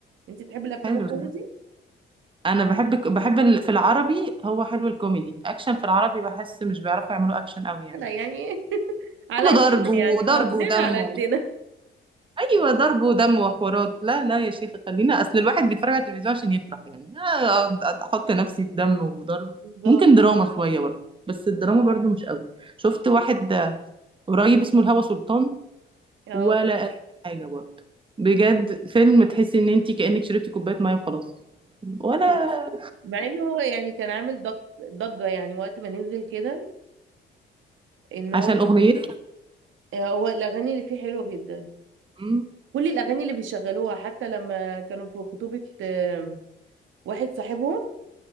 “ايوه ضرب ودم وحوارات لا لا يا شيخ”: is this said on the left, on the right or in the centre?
Right